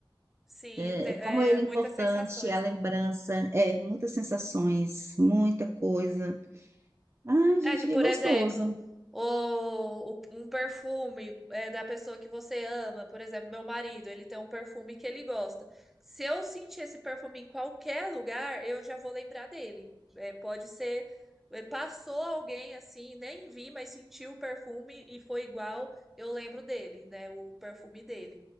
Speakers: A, in the centre; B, on the right.
A: Sim,
B: É,
A: te- é,
B: como ele
A: muitas
B: é importante,
A: sensações,
B: a lembrança,
A: né?
B: é, muitas sensações, muita coisa. Ai, gente,
A: É que,
B: que
A: por
B: gostoso.
A: exemplo, o, o- um perfume é, da pessoa que você ama, por exemplo, meu marido, ele tem um perfume que ele gosta. Se eu sentir esse perfume em qualquer lugar, eu já vou lembrar dele. É, pode ser, é, passou alguém assim, nem vi, mas sentiu o perfume e foi igual, eu lembro dele, né? O perfume dele.